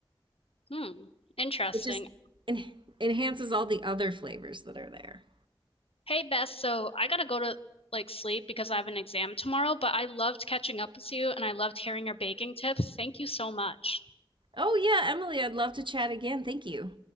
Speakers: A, on the left (about 80°); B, on the right (about 60°).
A: Hmm. Interesting.
B: It just en- enhances all the other flavors that are there.
A: Hey, Beth, so I gotta go to like sleep because I have an exam tomorrow, but I loved catching up with you and I loved hearing your baking tips. Thank you so much.
B: Oh yeah, Emily, I'd love to chat again. Thank you.